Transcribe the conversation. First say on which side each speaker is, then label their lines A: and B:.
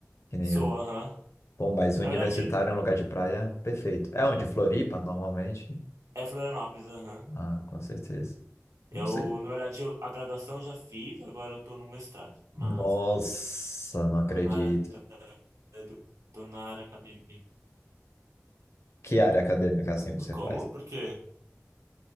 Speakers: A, on the left (about 60°); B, on the right (about 75°).
A: que nem
B: Sou,
A: eu.
B: aham.
A: Bom, mas universitário
B: Na verdade,
A: em um lugar de praia, perfeito. É onde? Floripa, normalmente?
B: É Florianópolis, aham.
A: Ah, com certeza.
B: Eu,
A: Não sei.
B: na verdade, eu- a graduação eu já fiz, agora eu tô no mestrado. Mas
A: Nossa,
B: é,
A: não acredito.
B: tô na área da, é do, tô na área acadêmica.
A: Que área acadêmica assim você
B: Como?
A: faz?
B: Por quê?